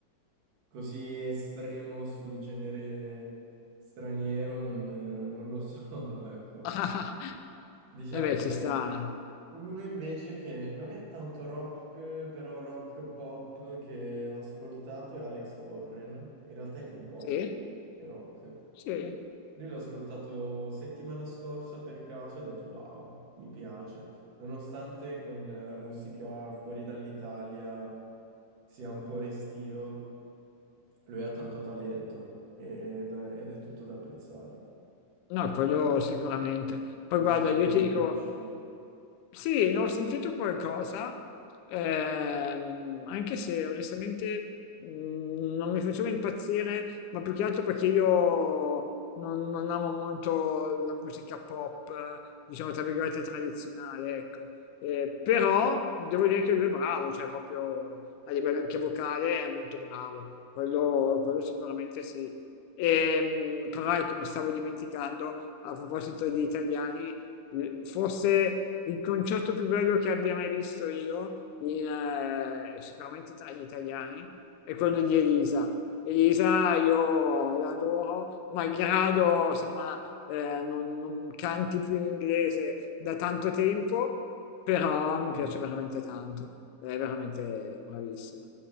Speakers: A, on the right; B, on the left.
A: Così estremo sul genere straniero non, non lo sono, <laughs> ecco.
B: <laughs>
A: Diciamo
B: E beh,
A: che
B: ci sta, eh.
A: uno invece che non è tanto rock, però rock pop che ho ascoltato è Alex Warren. In realtà è più pop
B: sì,
A: che rock.
B: sì,
A: Lui l'ho ascoltato settimana scorsa per caso e ho detto wow, mi piace. Nonostante con eh, musica fuori dall'Italia sia un po' restio, lui ha tanto talento ed, ed è tutto da apprezzare.
B: no, quello sicuramente. Poi
A: Non
B: guarda,
A: so se
B: io
A: tu lo
B: ti dico,
A: conosci,
B: Sì, ne ho sentito qualcosa, ehm, anche se onestamente mh, non mi faceva impazzire, ma più che altro perché io non, non amo molto la musica pop, eh, diciamo tra virgolette tradizionale, ecco. Eh, però devo dire che lui è bravo, cioè proprio a livello anche vocale è molto bravo, quello, quello sicuramente sì. E, però ecco, mi stavo dimenticando, a proposito di italiani, eh, forse il concerto più bello che abbia mai visto io, in, eh, sicuramente tra gli italiani, è quello di Elisa. Elisa io l'adoro, malgrado insomma eh, non, non canti più in inglese da tanto tempo, però mi
A: Mm.
B: piace veramente tanto, è veramente bravissima.